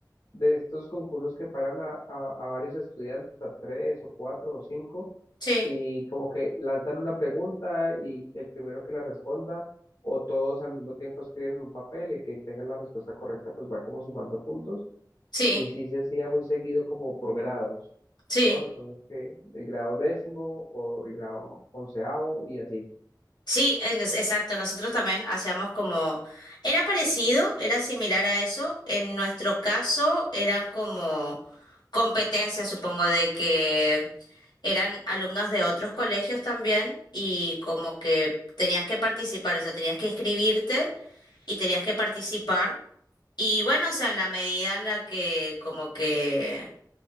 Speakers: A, on the left; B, on the left.
A: de estos concursos que paran a, a- a varios estudiantes, a tres o cuatro o cinco,
B: sí,
A: y como que lanzan una pregunta y el primero que la responda o todos al mismo tiempo escriben en un papel, el que tenga la respuesta correcta pues va como sumando puntos
B: sí,
A: y sí se hacía muy seguido como por grados,
B: sí.
A: ¿no? Entonces que el grado décimo o el grado onceavo y así.
B: Sí, en es- exacto. Nosotros también hacíamos como, era parecido, era similar a eso. En nuestro caso eran como competencias, supongo, de que eran alumnos de otros colegios también y como que tenías que participar, o sea, tenías que inscribirte y tenías que participar. Y bueno, o sea, en la medida en la que como que